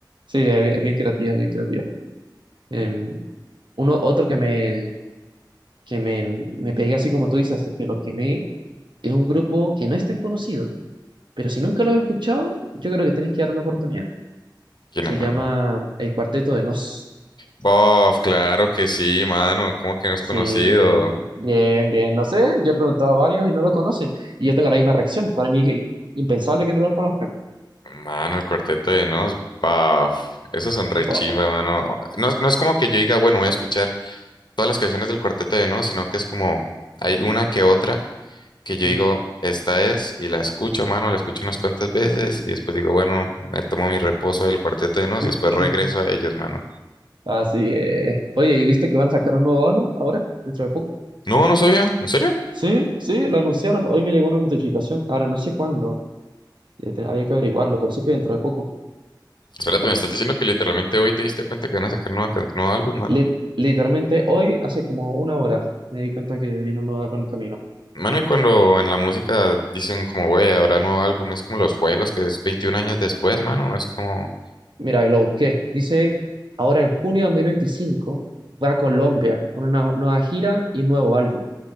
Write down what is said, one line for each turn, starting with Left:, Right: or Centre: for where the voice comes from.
Right: Sí, es bien, es bien creativa, es bien creativa. Em, uno, otro que me, que me, me pegué así como tú dices, hasta que lo quemé, es un grupo que no es tan conocido, pero si nunca lo has escuchado, yo creo que tienes que dar una oportunidad.
Left: ¿Quién
Right: Se
Left: es,
Right: llama
Left: mano?
Right: El Cuarteto de Nos.
Left: Bof, claro que sí, mano. ¿Cómo que no es
Right: Sí,
Left: conocido?
Right: bien, bien. No sé, yo he preguntado a varios y no lo conocen. Y yo tengo la misma reacción. Para mí es impensable que no lo conozcan.
Left: Mano, el cuarteto de Nos, bof. Esos son re
Right: Bof.
Left: chimba, mano. No, no es como que yo diga, bueno, voy a escuchar todas las canciones del cuarteto de Nos, sino que es como hay una que otra que yo
Right: Mm.
Left: digo, esta es, y la escucho, mano, la escucho unas cuantas veces, y después digo, bueno, me tomo mi reposo del cuarteto de
Right: <laughs>
Left: Nos y después regreso a ellos, mano.
Right: Así es. Oye, ¿y viste que van a sacar un nuevo álbum ahora, dentro de poco?
Left: No, no sabía, ¿en serio?
Right: Sí, sí, lo anunciaron. Hoy me llegó una notificación. Ahora no sé cuándo. Eh, te- Había que averiguarlo, pero sé que dentro de poco.
Left: Espérate, me estás diciendo que literalmente hoy te diste cuenta que van a sacar nueva can- nuevo álbum, mano.
Right: Li- literalmente hoy, hace como una hora, me di cuenta que viene un nuevo álbum en camino.
Left: Mano, y cuando en la música dicen como, güey, habrá nuevo álbum, es como los juegos, que es 21 años después, mano, es como,
Right: Mira, lo busqué. Dice, ahora en junio de 2025 va a Colombia con una nueva gira y nuevo álbum.